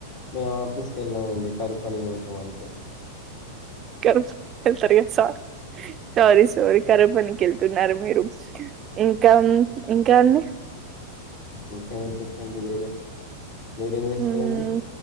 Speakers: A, on the left (about 50°); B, on the right (about 30°).
A: మేము ఆఫీస్కి వెళ్ళం అండి కరువు పనికి తం అంతే
B: కరువుపని వెళ్తారు కదా సార సారీ సారీ కరువుపనికి వెళ్తున్నారు మీరు ఇంక ఇంకా అండి
A: ఇంకా ఏం చెప్పండి మీరే మీరేం చేస్తారండి
B: హ్మ్.